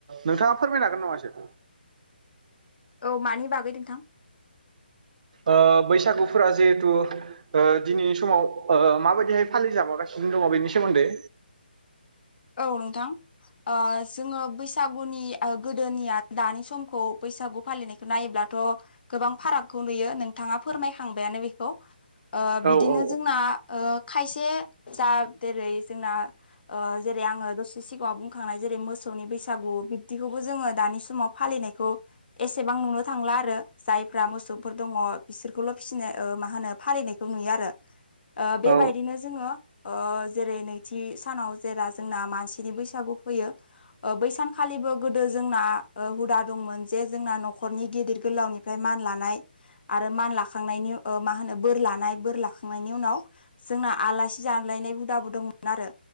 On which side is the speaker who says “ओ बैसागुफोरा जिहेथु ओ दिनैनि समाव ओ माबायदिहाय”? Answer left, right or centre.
Right